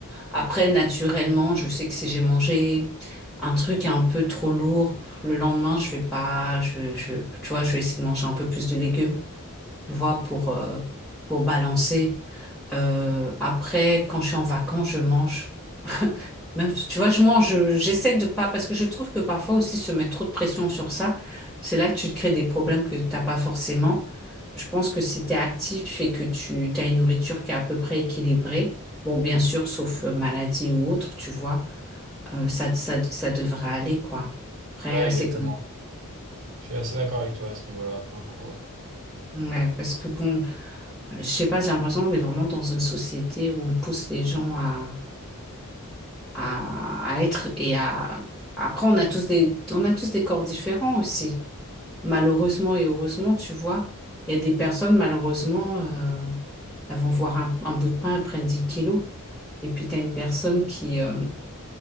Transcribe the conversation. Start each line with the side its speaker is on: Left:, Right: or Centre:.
Centre: Après, naturellement, je sais que si j'ai mangé un truc un peu trop lourd, le lendemain, je vais pas, je, je, tu vois, je vais essayer de manger un peu plus de légumes, tu vois, pour, euh, pour balancer. Euh, après, quand je suis en vacances, je mange. Même, tu vois, je mange, j'essaie de pas, parce que je trouve que parfois aussi se mettre trop de pression sur ça, c'est là que tu te crées des problèmes que t'as pas forcément. Je pense que si tu es actif et que tu as une nourriture qui est à peu près équilibrée, bon, bien sûr, sauf euh, maladie ou autre, tu vois, euh, ça, ça, ça devrait aller, quoi. Après,
Right: Ouais,
Centre: euh,
Right: exactement.
Centre: c'est comme,
Right: Je suis assez d'accord avec toi à ce niveau-là, pour le coup.
Centre: ouais, parce que bon, je sais pas, j'ai l'impression qu'on est vraiment dans une société où on pousse les gens à, à, à être et à, après, on a tous des, on a tous des corps différents aussi. Malheureusement et heureusement, tu vois, il y a des personnes, malheureusement, euh, elles vont voir un, un bout de pain, elles prennent 10 kilos. Et puis, tu as une personne qui, euh,